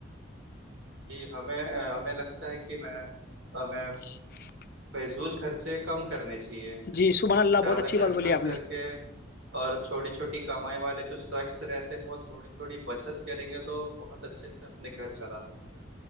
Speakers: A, on the right; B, on the left.
A: جی ہمیں ہمیں لگتا ہے کہ میں ہمیں
B: <inaudible>
A: فیضول خرچے کم کرنے چاہیے
B: جی سبحان اللہ
A: زیادہ
B: بہت اچھی
A: تر
B: بات بولی
A: خاص
B: آپ نے
A: کر کے اور چھوٹی چھوٹی کمائی والے جو شخص رہتے ہیں وہ تھوڑی تھوڑی بچت کریں گے تو بہت اچھے سے اپنے گھر چلا سکتے ہیں